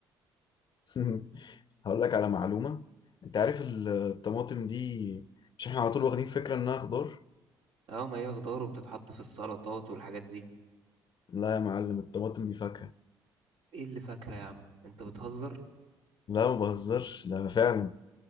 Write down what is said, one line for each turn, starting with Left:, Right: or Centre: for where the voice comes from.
Left: <laughs> هقول لك على معلومة أنت عارف ال- الطماطم دي مش إحنا على طول واخدين فكرة إنها خضار؟
Right: اه ما هي خضار وبتتحط في السلطات والحاجات دي
Left: لا يا معلم الطماطم دي فاكهة
Right: ايه اللي فاكهة يا عم انت بتهزر
Left: لا ما بهزرش لا فعلا